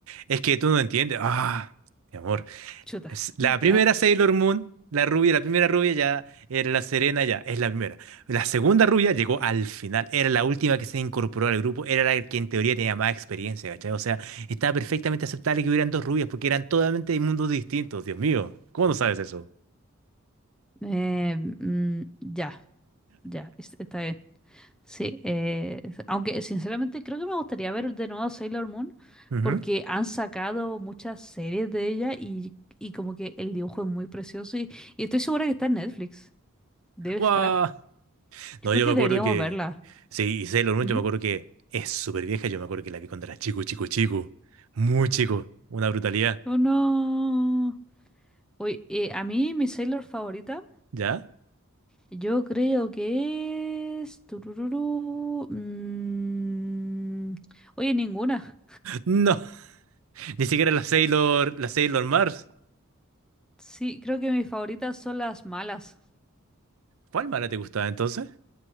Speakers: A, on the right; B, in the centre.
A: Es que tú no entiendes. Ah, mi amor.
B: Chuta,
A: Es la primera
B: <laughs> ¿ya?
A: Sailor Moon, la rubia, la primera rubia ya era la Serena, ya es la primera. La segunda rubia llegó al final, era la última que se incorporó al grupo, era la que en teoría tenía más experiencia, ¿cachai? O sea, estaba perfectamente aceptable que hubieran dos rubias porque eran totalmente de mundos distintos, Dios mío. ¿Cómo no sabes eso?
B: Eh, mm, ya, ya, es- está bien. Sí, eh, aunque sinceramente creo que me gustaría ver de nuevo Sailor Moon
A: Ujú.
B: porque han sacado muchas series de ella y, y como que el dibujo es muy precioso y, y estoy segura que está en Netflix. Debe
A: Guau.
B: estar. Yo
A: No,
B: creo
A: yo
B: que
A: me acuerdo
B: deberíamos
A: que...
B: verla.
A: Sí, y Sailor Moon,
B: ¿Mm?
A: yo me acuerdo que es súper vieja, yo me acuerdo que la vi cuando era chico, chico, chico. Muy chico, una brutalidad.
B: ¿O no? Oye, eh, a mí mi Sailor favorita,
A: ¿Ya?
B: yo creo que es... tururú, mm, Oye, ninguna.
A: No, <laughs> ni siquiera la Sailor, la Sailor Mars.
B: Sí, creo que mis favoritas son las malas.
A: ¿Cuál mala te gustaba entonces?